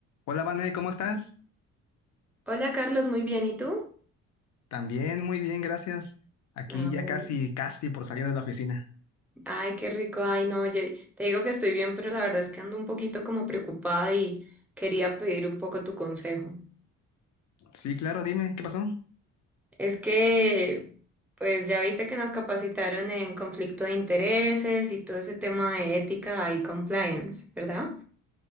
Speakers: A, on the left; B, in the centre.
A: Hola, Vane, ¿cómo estás?
B: Hola Carlos, muy bien, ¿y tú?
A: También muy bien, gracias. Aquí
B: Ah,
A: ya
B: bueno.
A: casi, casi por salir de la oficina.
B: Ay, qué rico, ay no, oye, te digo que estoy bien, pero la verdad es que ando un poquito como preocupada y quería pedir un poco tu consejo.
A: Sí, claro, dime, ¿qué pasó?
B: Es que, pues ya viste que nos capacitaron en conflicto de intereses y todo ese tema de ética y compliance, ¿verdad?